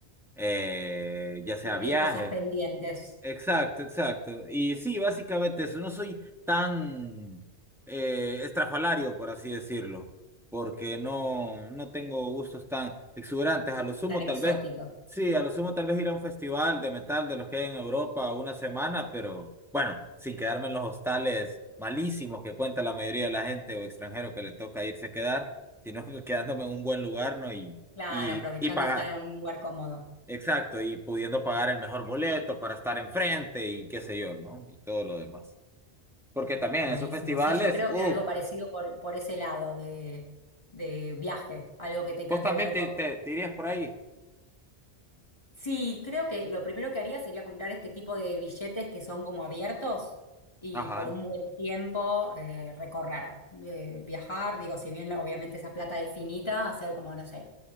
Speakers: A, in the centre; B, on the left (about 25°).
A: eh, ya sea
B: Cumplir
A: viajes.
B: cosas pendientes
A: Exacto, exacto. Y sí, básicamente eso. No soy tan eh, estrafalario, por así decirlo, porque no, no tengo gustos tan exuberantes. A lo sumo,
B: tan exóticos.
A: tal vez, sí, a lo sumo, tal vez ir a un festival de metal de los que hay en Europa una semana, pero bueno, sin quedarme en los hostales malísimos que cuenta la mayoría de la gente o extranjero que le toca irse a quedar, sino <laughs> quedándome en un buen lugar, ¿no? Y,
B: Claro,
A: y,
B: aprovechando
A: y pagar-
B: estar en un lugar cómodo.
A: Exacto, y pudiendo pagar el mejor boleto para estar enfrente y qué sé yo, ¿no? Y todo lo demás. Porque también
B: Buenísimo,
A: esos festivales,
B: sí, yo creo
A: uff,
B: que algo parecido por, por ese lado de, de viaje, algo que tenga
A: vos también
B: que ver
A: te,
B: con...
A: te, te irías por ahí.
B: Sí, creo que lo primero que haría sería comprar este tipo de billetes que son como abiertos y
A: Ajá,
B: por un buen tiempo eh, recorrer, eh, viajar, digo, si bien obviamente esa plata es finita, hacer como, no sé